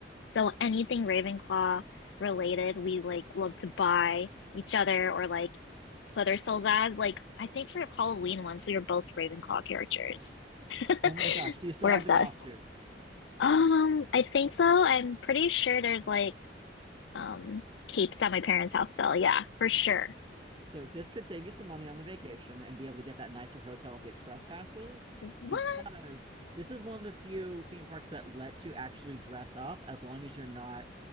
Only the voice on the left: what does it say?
So anything Ravenclaw related, we like love to buy each other or like Put ourselves as. Like, I think for Halloween once, we were both Ravenclaw characters. <laughs>
We're
obsessed.
Um, I think so. I'm pretty sure there's like um capes at my parents' house still. Yeah, for sure.
What?